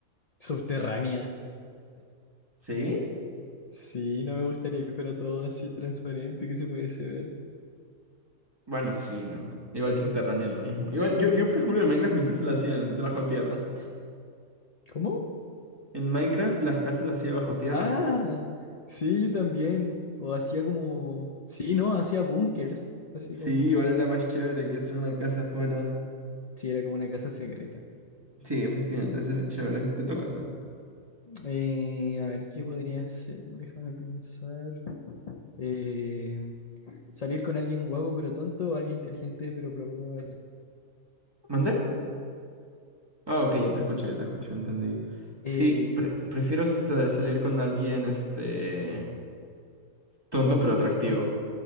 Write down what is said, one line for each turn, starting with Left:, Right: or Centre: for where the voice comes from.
Left: Subterránea.
Right: ¿Sí?
Left: Sí, no me gustaría que fuera todo así transparente que se pudiese ver.
Right: Bueno, sí, no. Igual subterráneo es lo mismo. Igual, yo, yo por ejemplo, en Minecraft mis casas las hacía bajo tierra.
Left: ¿Cómo?
Right: En Minecraft las casas las hacía bajo tierra.
Left: Ah, sí, yo también. O hacía como... Sí, no, hacía búnkers. Así
Right: Sí,
Left: como...
Right: igual era más chévere que hacer una casa afuera.
Left: Sí, era como una casa secreta.
Right: Sí, efectivamente, eso era chévere. Te toca, te toca.
Left: Eh, a ver, ¿qué podría ser? Déjame pensar. eh, salir con alguien guapo pero tonto o alguien inteligente pero poco atractivo.
Right: ¿Mandé? Ah, ok, ya te escuché, ya te escuché, entendí.
Left: Eh,
Right: Sí, pre- prefiero este, salir con alguien, este... Tonto
Left: guapo
Right: pero atractivo.
Left: pero tonto.